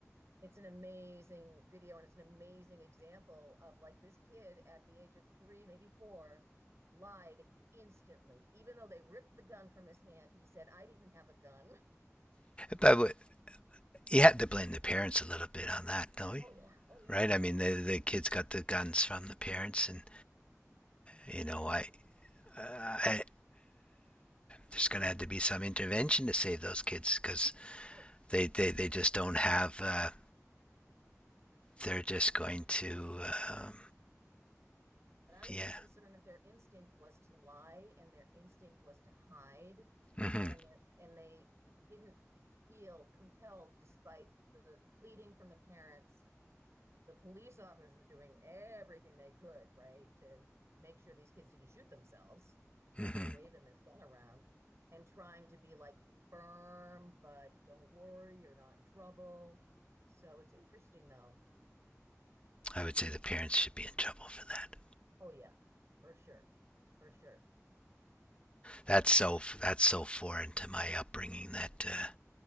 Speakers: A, on the right (about 60°); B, on the left (about 20°).
A: It's an amazing video and it's an amazing example of like this kid at the age of three, maybe four, lied instantly. Even though they ripped the gun from his hand, he said, I didn't have a gun.
B: But you had to blame the parents a little bit on that, don't we?
A: Oh, yeah. Oh, yeah.
B: Right? I mean,
A: Absolutely.
B: the the kids got the guns from the parents, and you know, I, I there's going to have to be some intervention to save those kids because
A: Oh, yeah.
B: they, they they just don't have. Uh, they're just going to, uh,
A: But I was
B: yeah.
A: just concerned that their instinct was to lie and their instinct was to hide
B: Mm-hmm.
A: and and they didn't feel compelled despite the pleading from the parents the police officers were doing everything they could, right, to make sure these kids didn't shoot themselves as
B: Mm-hmm.
A: they're waving this gun around and trying to be like firm, but don't worry, you're not in trouble. So it's interesting though.
B: I would say the parents should be in trouble for that.
A: Oh, yeah, for sure. For sure.
B: That's
A: It's-
B: so that's so foreign to my upbringing that uh,